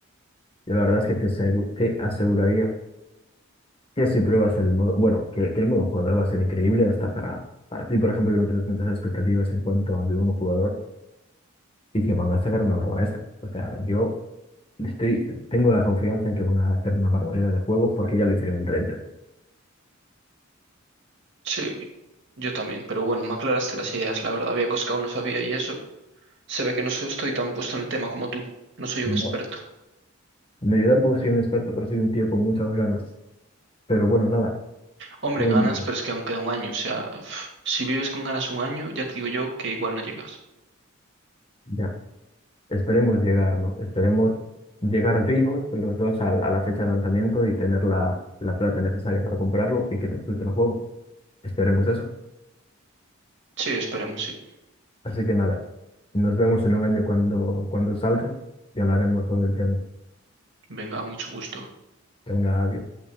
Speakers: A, on the left; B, on the right.
A: yo la verdad es que te, asegu- te aseguraría que si pruebas el modo, bueno, que, que el modo jugador va a ser increíble hasta para, para ti, por ejemplo, que no tienes muchas expectativas en cuanto al modo jugador y que van a sacar una obra maestra. O sea, yo estoy, tengo la confianza en que van a hacer una barbaridad de juegos porque ya lo hicieron en Red Dead.
B: Sí, yo también, pero bueno, me aclaraste las ideas, la verdad. Había cosas que aún no sabía y eso. Se ve que no so- estoy tan puesto en el tema como tú. No soy un
A: No,
B: experto.
A: me yo tampoco soy un experto, pero soy un tío con muchas ganas. Pero bueno, nada,
B: Hombre,
A: em,
B: ganas, pero es que aún queda un año. O sea, uf, si vives con ganas un año, ya te digo yo que igual no llegas.
A: ya, esperemos llegar, ¿no? Esperemos llegar vivos los dos a, a la fecha de lanzamiento y tener la, la plata necesaria para comprarlo y que disfrute el juego. Esperemos eso.
B: Sí, esperemos, sí.
A: Así que nada, nos vemos en un año cuando, cuando salga y hablaremos sobre el tema.
B: Venga, mucho gusto.
A: Venga, adiós.